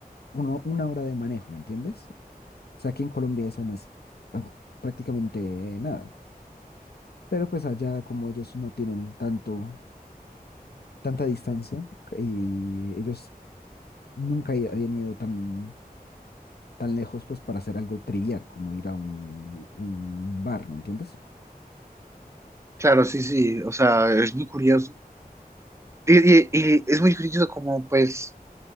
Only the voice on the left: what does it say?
uno, una hora de manejo, ¿me entiendes? O sea, aquí en Colombia eso no es ah, prácticamente nada. Pero pues allá como ellos no tienen tanto, tanta distancia y ellos nunca i- habían ido tan, tan lejos pues para hacer algo trivial como ir a un, un bar, ¿me entiendes?